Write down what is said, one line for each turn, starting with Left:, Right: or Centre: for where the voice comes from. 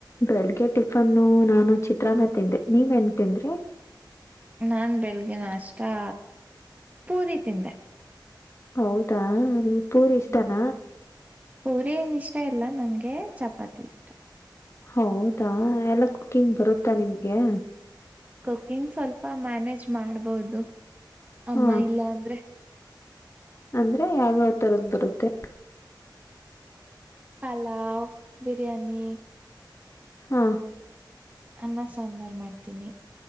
Left: ಬೆಳಗ್ಗೆ ಟಿಫನ್ನು ನಾನು ಚಿತ್ರಾನ್ನ ತಿಂದೆ ನೀವೇನ್ ತಿಂದ್ರಿ
Right: ನಾನ್ ಬೆಳಗ್ಗ ನಾಷ್ಟಾ ಪೂರಿ ತಿಂದೆ.
Left: ಹೌದಾ ನಿಮ್ಗ್ ಪೂರಿ ಇಷ್ಟಾನ.
Right: ಹ್ಮ್ ಪೂರಿ ಏನ್ ಇಷ್ಟ ಇಲ್ಲ ನಂಗೆ ಚಪಾತಿ. ಚಪಾತಿ ಇಷ್ಟ.
Left: ಹೌದಾ ಎಲ್ಲ ಕುಕಿಂಗ್ ಬರುತ್ತಾ ನಿಮ್ಗೆ.
Right: ಕುಕಿಂಗ್ ಸ್ವಲ್ಪ ಮ್ಯಾನೇಜ್ ಮಾಡ್ಬೋದು. ಅಮ್ಮ
Left: ಹಾ
Right: ಇಲ್ಲ ಅಂದ್ರೆ.
Left: ಅಂದ್ರೆ ಯಾವ್ಯಾವ್ ತರದ ಬರುತ್ತೆ.
Right: ಪಲಾವ್ ಬಿರಿಯಾನಿ.
Left: ಹಾ
Right: ಅನ್ನ ಸಾಂಬಾರ್ ಮಾಡ್ತೀನಿ.